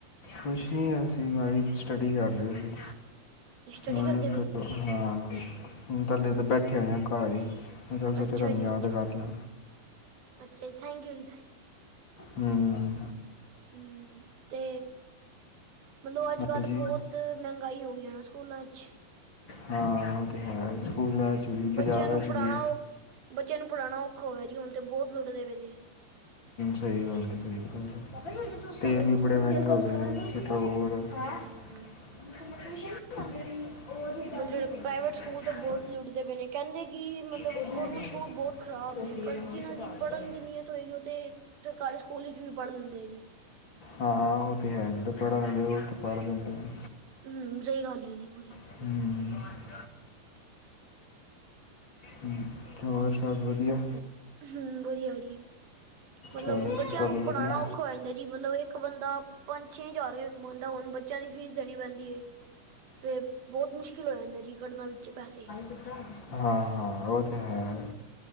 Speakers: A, on the left; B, on the right.
A: ਕੁਛ ਨਹੀਂ ਅਸੀਂ ਬਾਈ ਸਟੱਡੀ ਕਰ ਰਹੇ ਸੀ,
B: ਸਟੱਡੀ
A: ਮਨ
B: ਕਰਦੇ ਪਏ ਜੀ।
A: ਹਾਂ, ਹੁਣ ਥੱਲੇ ਤਾਂ ਬੈਠੇ ਹੋਏ ਆ ਘਰ ਹੀ। ਮੈਂ ਚੱਲ ਸੋਚਿਆ,
B: ਅੱਛਾ
A: ਤੁਹਾਨੂੰ
B: ਜੀ
A: ਯਾਦ
B: ਅੱਛਾ
A: ਕਰ ਲਾਂ।
B: ਅੱਛਾ ਜੀ ਥੈਂਕ ਯੂ ਜੀ ਥੈਂਕ
A: ਹੂੰ,
B: ਹੂੰ, ਤੇ ਮਤਲਬ ਅੱਜ-
A: ਹਾਂਜੀ
B: ਕੱਲ੍ਹ ਬਹੁਤ ਮਹਿੰਗਾਈ ਹੋ ਗਈ ਨਾ, ਸਕੂਲਾਂ ਚ।
A: ਹਾਂ ਉਹ ਤੇ ਹੈ, ਸਕੂਲਾਂ
B: ਹੂੰ
A: ਚ ਵੀ,
B: ਬੱਚਿਆਂ
A: ਬਜ਼ਾਰਾਂ
B: ਨੂੰ
A: ਚ
B: ਪੜ੍ਹਾਉਣਾ
A: ਵੀ।
B: ਬੱਚਿਆਂ ਨੂੰ ਪੜ੍ਹਾਣਾ ਔਖਾ ਹੋ ਗਿਆ ਜੀ, ਹੁਣ ਤੇ ਬਹੁਤ ਲੁੱਟਦੇ ਪਏ ਨੇ।
A: ਸਹੀ ਗੱਲ ਏ, ਸਹੀ ਗੱਲ, ਤੇਲ ਵੀ ਬੜੇ ਮਹਿੰਗਾ ਹੋ ਗਿਆ ਪੈਟਰੋਲ। ਹੈ
B: ਹੂੰ,
A: <unintelligible> ਉਹਦੀ ਦਾਦੀ
B: ਮਤਲਬ ਜਿਹੜੇ
A: ਬੋਲਦੀ
B: ਪ੍ਰਾਈਵੇਟ ਸਕੂਲ
A: ਸੀ
B: ਤੇ ਬਹੁਤ ਲੁੱਟਦੇ ਪਏ ਨੇ, ਕਹਿੰਦੇ ਕਿ ਮਤਲਬ
A: ਰੋਟੀ
B: ਮਤਲਬ ਗੌਰਮੈਂਟ ਸਕੂਲ ਬਹੁਤ ਖ਼ਰਾਬ ਨੇ, ਪਰ
A: ਇਹਨਾਂ ਨੂੰ
B: ਜਿਨਾਂ
A: ਚੁਪਾ
B: ਦੀ
A: ਦਿੱਤਾ
B: ਪੜ੍ਹਨ
A: ਹੈ
B: ਦੀ ਨੀਅਤ ਹੋਏਗੀ, ਉਹ ਤੇ ਸਰਕਾਰੀ ਸਕੂਲ ਵਿਚ ਵੀ ਪੜ੍ਹ ਲੈਂਦੇ ਐ ਜੀ।
A: ਹਾਂ ਉਹ ਤੇ ਹੈ, ਜਿਹੜੇ ਪੜ੍ਹਨ ਆਲੇ ਉਹ ਪੜ੍ਹ ਲੈਦੇਂ ਨੇ।
B: ਹੂੰ, ਸਹੀ ਗੱਲ ਐ ਜੀ ਪੂਰੀ।
A: ਹੂੰ, ਹੂੰ, ਹੋਰ ਸਭ ਵਧੀਆ।
B: ਹੂੰ, ਵਧੀਆ ਜੀ। ਮਤਲਬ
A: ਚਲੋ ਅੱਛਾ,
B: ਬੱਚਿਆਂ
A: ਚਲੋ
B: ਨੂੰ ਪੜ੍ਹਾਣਾ
A: ਵਧੀਆ
B: ਔਖਾ ਹੋ ਜਾਂਦਾ ਜੀ, ਮਤਲਬ ਇੱਕ ਬੰਦਾ ਪੰਜ ਛੇ ਹਜ਼ਾਰ ਰੁਪਇਆ ਕਮਾਂਦਾ, ਹੁਣ ਬੱਚਿਆਂ ਦੀ ਫੀਸ ਦੇਣੀ ਪੈਂਦੀ ਏ। ਫਿਰ ਬਹੁਤ ਮੁਸ਼ਕਿਲ ਹੋ ਜਾਂਦਾ, ਜੀ ਕੱਢਨਾ ਵਿੱਚੋਂ ਪੈਸੇ।
A: ਕੁੱਤਾ ਹਾਂ- ਹਾਂ ਉਹ ਤੇ ਹੈ,